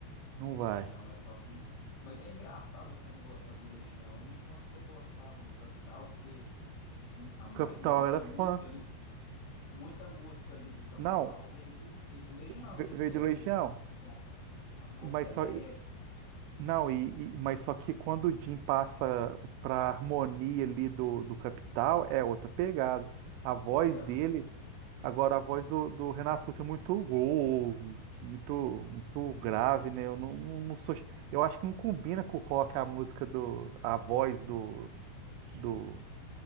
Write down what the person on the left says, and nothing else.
Legião
é top demais. Mas é engraçado você não gostar de Legião. E quando você gostava do Capital, porque. A
mai-
muita
música
ali do, muita música ali do Capital
veio do, veio do Legião,
né? O
CD,
aquele CD Aborto
Elétrico,
é
outra.
Tem,